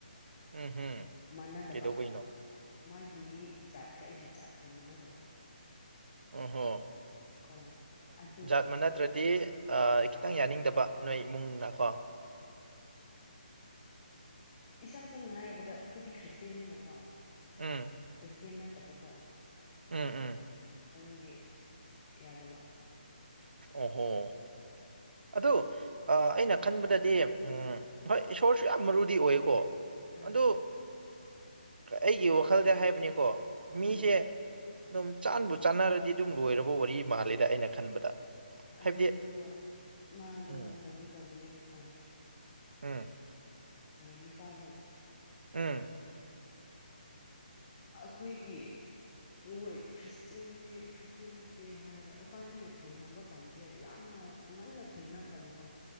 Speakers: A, on the right; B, on the left.
A: ꯎꯝ ꯍꯝ
B: ꯃꯥꯟꯅꯗꯕ
A: ꯀꯩꯗꯧꯕꯩꯅꯣ
B: ꯃꯥꯒꯤ ꯖꯥꯠꯀ ꯑꯩꯒꯤ ꯖꯥꯠꯀ ꯃꯥꯟꯅꯗꯕ
A: ꯑꯣ ꯍꯣ
B: ꯀꯣ ꯑꯗꯨꯒꯤ
A: ꯖꯠ ꯃꯅꯥꯗꯕ ꯑꯗꯨꯗꯤ ꯈꯤꯇꯪ ꯌꯥꯅꯤꯡꯗꯕ ꯅꯣꯏ ꯏꯃꯨꯡꯅ ꯀꯣ
B: ꯏꯁꯝ ꯁꯝꯅ ꯍꯥꯏꯔꯕꯗ ꯑꯩꯈꯣꯏꯗꯤ ꯈ꯭ꯔꯤꯁꯇꯟꯅꯤꯅꯀꯣ
A: ꯎꯝ
B: ꯈ꯭ꯔꯤꯁꯇꯦꯟ ꯅꯠꯇꯕꯀꯣ
A: ꯎꯝ ꯎꯝ
B: ꯑꯗꯨꯒꯤ ꯌꯥꯗꯕ
A: ꯑꯣꯍꯣ ꯑꯗꯨ ꯑꯩꯅ ꯈꯟꯕꯗꯗꯤ ꯍꯣꯏ ꯏꯁꯣꯔꯁꯨ ꯌꯥꯝ ꯃꯔꯨꯗꯤ ꯑꯣꯏꯀꯣ
B: ꯑꯥ
A: ꯑꯗꯨ ꯑꯩꯒꯤ ꯋꯥꯈꯜꯗ ꯍꯥꯏꯕꯅꯤꯀꯣ ꯃꯤꯁꯦ
B: ꯎꯝ
A: ꯑꯗꯨꯝ ꯆꯥꯟꯕꯨ ꯆꯥꯟꯅꯔꯗꯤ ꯑꯗꯨꯝ ꯂꯣꯏꯔꯕ ꯋꯥꯔꯤ ꯃꯥꯂꯦꯗ ꯑꯩꯅ ꯈꯟꯕꯗ
B: ꯑꯗꯨꯗꯣ
A: ꯍꯥꯏꯕꯗꯤ
B: ꯃꯥꯗꯣ
A: ꯎꯝ
B: ꯀꯩꯅꯣ ꯇꯧꯕꯅꯦꯕꯀꯣ
A: ꯎꯝ
B: ꯅꯨꯄꯥꯗꯣ
A: ꯎꯝ
B: ꯑꯩꯈꯣꯏꯒꯤ ꯃꯣꯏ ꯈ꯭ꯔꯤꯁꯇꯟꯅꯦ ꯈ꯭ꯔꯤꯁꯇꯦꯟ ꯅꯠꯇꯦ ꯍꯥꯏꯔꯒ ꯏꯕꯥꯅꯤꯅ ꯊꯦꯡꯅꯕ ꯀꯥꯟꯁꯦ ꯌꯥꯝꯅ ꯉꯟꯅ ꯊꯦꯡꯅꯈ꯭ꯔꯕꯀꯣ